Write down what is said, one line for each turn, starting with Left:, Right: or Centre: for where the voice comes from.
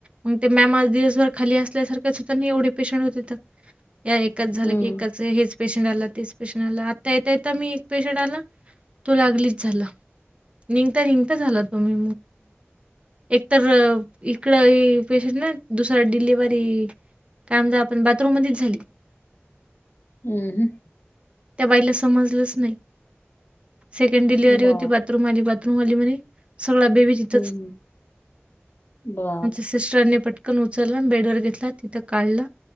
Right: मग ते मॅम आज दिवसभर खाली असल्यासारख्या सुद्धा नाही एवढे पेशंट होते. कट झालं
Left: हम्म
Right: की एकच. हेच पेशंट आला, तेच पेशंट आला, आता येता यता मी एक पेशंट आला तो लागलीच झाला. निघता निघता झाला तुम्ही. एक तर इकड पेशंट ना, दुसरा डिलेवरी काम ज आपण बाथरूम मधच झाली.
Left: हम् हम.
Right: त्या बाईला समजलंच नाही. सेकंड डिलव्हरी
Left: बा
Right: होती. बाथरूम बाथरूम मधे म्हणे सगळा बेबी तिथच.
Left: हम्म बाप
Right: सिस्टरने पटकन उचललं, बेड वर घेतला तिथं काढला.